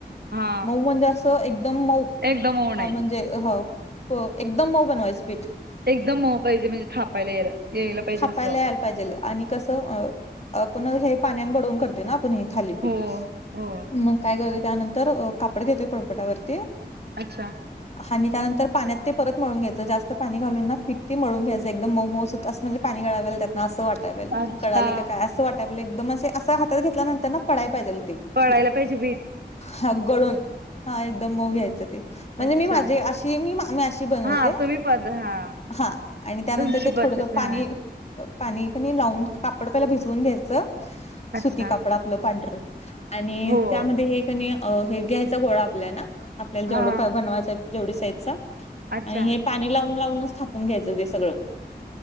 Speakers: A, on the right; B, on the left.
A: हा
B: मऊ म्हणजे असं एकदम मऊ
A: एकदम मऊ नाही
B: म्हणजे ह प एकदम मऊ बनवाच पीठ
A: एकदम हो पाहिजे म्हणजे थापायलाय यायला पाहिजे
B: थापायला
A: असं.
B: यायला पाहिजेल आणि कस आपण हे पाण्या बडवून करते ना. पण थालीपीठ
A: हो हो
B: मग काय करतय त्यानंतर कापड घेतोय पोलपाटा वरती.
A: अच्छा?
B: आणि त्यानंतर पाण्यात ते परतळून घ्यायचं जास्त पाणी घालून ना पिठते मळून घ्यायचं एकदम मऊ मऊ सुत अस म्हणजे. पाणी घाळाला त्यात. ना असं वाटाय पाहिजे
A: अच्छा
B: गळाले का काय असं वाटावेल एकदम असे हातात घेतल्यानंतर ना पडय पाहिजे ते.
A: पडायला
B: पीठ
A: पाहिजे भीट.
B: हा गळून हा एकदम मऊ घ्यायचं ते. म्हणजे
A: अच्छा
B: मी माझी अशी मी अशी बनवते.
A: हा तुम्ही पद हा
B: हा आणि त्यानंतर
A: तुमची
B: ते
A: पद्धत
B: थोडंस
A: हा
B: पाणी. पाणी का नी लावून कापड पहिला भिजवून घ्यायचं.
A: अच्छा
B: सुती कापड आपलं पांढर आणि
A: हो
B: त्यामध्ये हे. हे घ्यायचा गोळा आपल्या ना आपल्याला जेवढं
A: हा
B: बनवायच जेवढी साईजचा.
A: अच्छा
B: आणि हे पाणी लावून लावूनच थापून घ्यायचं ते सगळं,